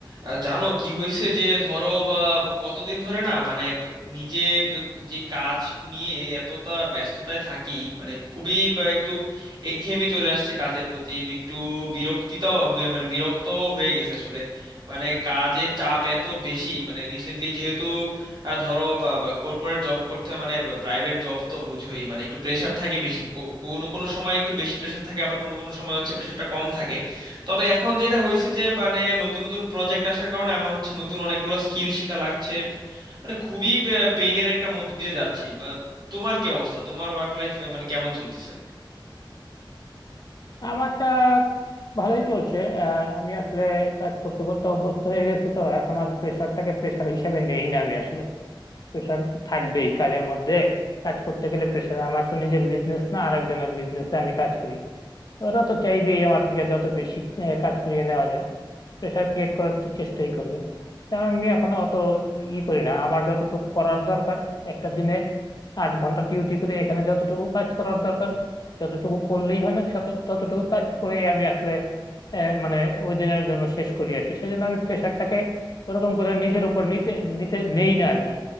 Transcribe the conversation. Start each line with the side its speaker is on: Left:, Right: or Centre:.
Right: আহ, জানো কি হয়েছে যে ধরো বা, কতদিন ধরে না মানে ব- নিজে ব- যে কাজ নিয়ে এতটা ব্যস্ততায় থাকি মানে খুবই বা, একটু একঘেয়েমি চলে আসছে কাজের প্রতি একটু বিরক্তিতাও বি- মানে বিরক্ত হয়ে গেছে আসলে মানে কাজের চাপ এত বেশি মানে রিসেন্টলি যেহেতু আহ, ধরো কর্পোরেট জব করতে হয় মানে প্রাইভেট জব তো বুঝোই মানে একটু প্রেশার থাকে বেশি কো- কোনো কোনো সময় একটু বেশি প্রেশার থাকে আবার কোনো কোনো সময় হচ্ছে প্রেশারটা কম থাকে তবে এখন যেটা হয়েছে যে মানে নতুন নতুন প্রজেক্ট আসার কারণে আমার হচ্ছে নতুন অনেকগুলো স্কিল শেখা লাগছে মানে খুবই পেইনের একটা মধ্য দিয়ে যাচ্ছি বা তোমার কি অবস্থা তোমার ওয়ার্ক লাইফ মানে কেমন চলতেছে
Left: আমারটা ভালোই চলছে আহ, আমি আসলে কাজ করতে করতে অভ্যস্ত হয়ে গেছি তো এখন আর প্রেশারটাকে প্রেশার হিসাবে নেই না আমি আসলে প্রেশার তো থাকবেই কাজের মধ্যে কাজ করতে গেলে প্রেশার আমার তো নিজের বিজনেস না আর একজনের বিজনেসে আমি কাজ করি তো ওরা তো চাইবেই আমার থেকে যত বেশি আহ, কাজ করিয়ে নেওয়া যায় প্রেশার ক্রিয়েট করার তো চেষ্টাই করবে তা আমি এখনো অত ই করি না আমার যতটুকু করার দরকার একটা দিনে আট ঘন্টা ডিউটি করে এখানে যতটুকু কাজ করার দরকার যতটুকু করলেই হয় না তত- ততটুকু কাজ করে আমি আসলে আহ, মানে ওই দিনের জন্য শেষ করি আর কি সেজন্য আমি প্রেশারটাকে ওরকম করে নিজের উপর নিতে নিতে নেই না আর কি